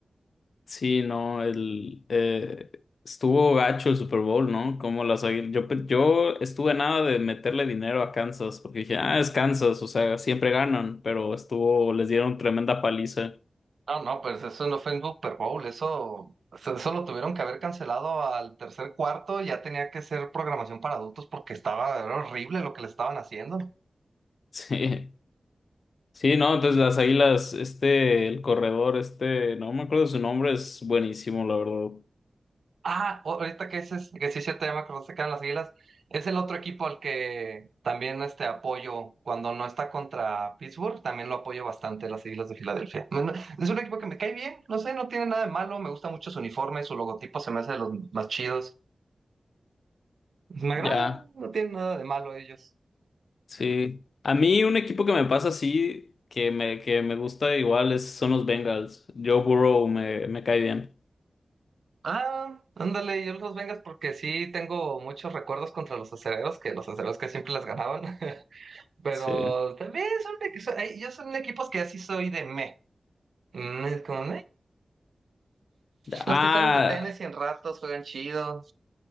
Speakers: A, on the left; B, on the right.
A: Sí, ¿no? El, eh, estuvo gacho el Super Bowl, ¿no? Como las, águil- yo, pe- yo estuve nada de meterle dinero a Kansas porque dije, ah, es Kansas, o sea, siempre ganan, pero estuvo, les dieron tremenda paliza.
B: No, no, pues eso no fue un Super Bowl, eso, eso lo tuvieron que haber cancelado al tercer cuarto, ya tenía que ser programación para adultos porque estaba, era horrible lo que le estaban haciendo.
A: Sí, sí, no, entonces las águilas, este, el corredor, este, no me acuerdo de su nombre, es buenísimo, la verdad.
B: Ah, o- ahorita que ese es, que sí se te llama cuando se quedan las Águilas, es el otro equipo al que también este apoyo cuando no está contra Pittsburgh, también lo apoyo bastante, las Águilas de Filadelfia. Me- no- Es un equipo que me cae bien, no sé, no tiene nada de malo, me gusta mucho su uniforme, su logotipo se me hace de los más chidos. Me agradan,
A: Ya,
B: no tienen nada de malo ellos.
A: sí. A mí un equipo que me pasa así, que me, que me gusta igual, es, son los Bengals. Joe Burrow me, me cae bien.
B: Ah, ándale, yo los Vengas porque sí tengo muchos recuerdos contra los acereros, que los acereros que siempre las ganaban, <laughs> pero
A: Sí.
B: también son, equi- son- ay, ellos son equipos que así soy de meh. Mm, es como, "Meh,
A: Ah,
B: Los Titanes de Tennessee en ratos juegan chido.